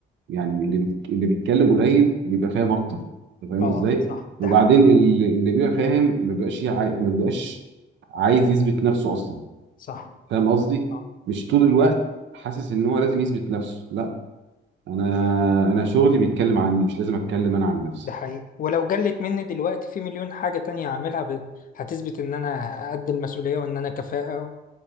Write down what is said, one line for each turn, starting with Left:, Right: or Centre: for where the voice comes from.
Right: يعني اللي بي- اللي بيتكلم قليل بيبقى فاهم اكتر انت فاهم
Left: اه
Right: ازاي؟
Left: صح ده
Right: وبعدين
Left: حقيقي
Right: اللي اللي بيبقى فاهم ما بيبقاش يع- ما بيبقاش عايز يثبت نفسه اصلا
Left: صح
Right: فاهم قصدي؟
Left: اه
Right: مش طول الوقت حاسس ان هو لازم يثبت نفسه لا انا انا شغلي بيتكلم عني مش لازم اتكلم انا عن نفسي
Left: ده حقيقي ولو جلت مني دلوقتي في مليون حاجة تانية هعملها ب... هتثبت ان انا قد المسؤولية وان انا كفاءة و...